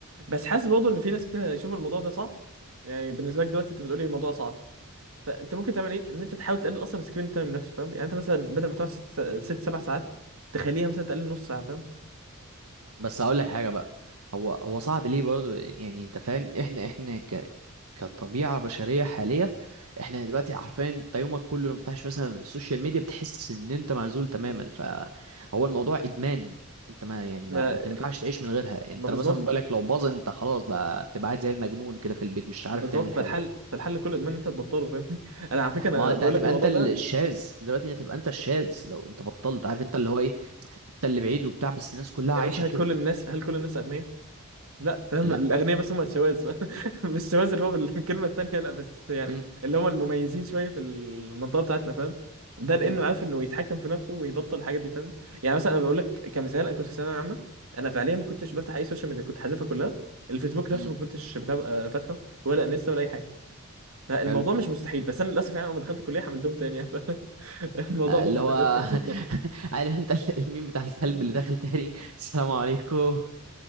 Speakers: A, on the right; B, on the right.
A: بس حاسس برضه ان في ناس كتير هيشوفوا الموضوع ده صعب يعني بالنسبه لك دلوقتي انت بتقولي الموضوع صعب فانت ممكن تعمل ايه ان انت تحاول تقلل اصلا سكرين تايم نفسه فاهم يعني انت مثلا بدل ما تقعد ست ست سبع ساعات تخليها مثلا تقلل نص ساعه فاهم
B: بس هقول لك حاجه بقى هو هو صعب ليه برضو يعني انت فاهم احنا احنا ك كطبيعه بشريه حاليه احنا دلوقتي عارفين انت يومك كله لو فتحش مثلا السوشيال ميديا بتحس ان انت معزول تماما فهو الموضوع ادمان انت ما يعني
A: ما
B: ما, ما تنفعش تعيش من غيرها انت
A: ما بالظبط
B: لو مثلا موبايلك لو باظ انت خلاص بقى بتبقى قاعد زي المجنون كده في البيت مش عارف
A: بالظبط
B: تعمل
A: فالحل
B: حاجه
A: فالحل كله ادمان ان انت تبطله فاهمني <laughs> انا على فكره انا
B: ما هو انت
A: بقول
B: هتبقى
A: لك الموضوع
B: انت الشاذ
A: ده
B: دلوقتي هتبقى انت الشاذ لو انت بطلت عارف انت اللي هو ايه انت اللي بعيد وبتاع بس الناس كلها
A: يا
B: عايشة
A: باشا
B: كده
A: هل كل الناس هل كل الناس اغنياء لا فاهم
B: لا
A: الاغنياء بس هم الشواذ <laughs> مش الشواذ اللي هو بالكلمه التانيه لا بس يعني
B: امم
A: اللي هم المميزين شويه في المنطقه بتاعتنا فاهم ده لانه
B: امم
A: عارف انه يتحكم في نفسه ويبطل الحاجات دي فاهم يعني مثلا انا بقول لك كمثال انا كنت في ثانويه عامه انا فعليا ما كنتش بفتح اي سوشيال ميديا كنت حذفها كلها الفيسبوك
B: امم
A: نفسه ما كنتش بتابع آه، فاتحه ولا انستا ولا اي حاجه فالموضوع
B: حلو
A: مش مستحيل بس انا للاسف يعني اول ما دخلت الكليه حملتهم تاني يعني <laughs> فالموضوع
B: آه،
A: بس
B: اللي هو
A: تلاتة.
B: <laughs> عارف انت ال- الميم بتاع الكلب
A: <laughs>
B: اللي داخل تاني <laughs> السلام عليكم